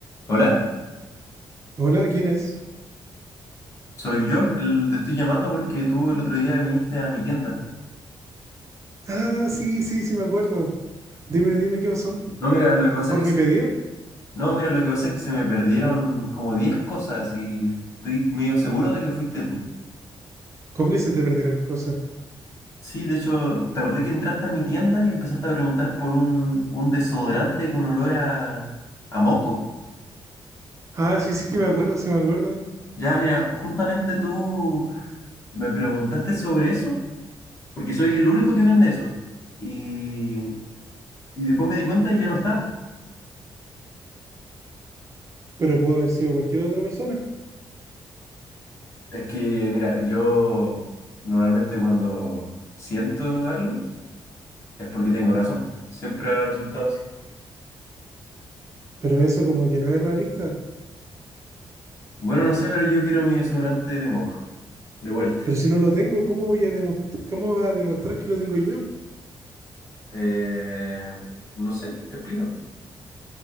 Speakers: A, on the left (about 35°); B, on the right (about 35°).
A: Hola,
B: Hola, ¿quién es?
A: soy yo, el, te estoy llamando porque tú el otro día viniste a mi tienda.
B: Ah, sí, sí, sí, me acuerdo. Dime, dime, ¿qué pasó?
A: No, mira, lo que pasa
B: ¿Por
A: es que, s-
B: mi pedido?
A: no, mira, lo que pasa es que se me perdieron como 10 cosas y estoy medio seguro de que fuiste tú.
B: ¿Cómo que se te perdieron cosas?
A: Sí, de hecho, te acordé que entraste a mi tienda y empezaste a preguntar por un, un desodorante con olor a, a moco.
B: Ah, sí, sí, me acuerdo, sí, me acuerdo.
A: Ya, mira, justamente tú me preguntaste sobre eso porque soy el único que vende eso. Y, y después me di cuenta y ya no estaba.
B: Pero pudo haber sido cualquier otra persona.
A: Es que, mira, yo normalmente cuando siento algo es porque tengo razón. Siempre ha resultado así.
B: Pero eso como que no es realista.
A: Bueno, no sé, pero yo quiero mi desodorante de moco. De vuelta.
B: Pero si no lo tengo, ¿cómo voy a demostrar, cómo va a demostrar que lo tengo yo?
A: Eh, no sé, explícame.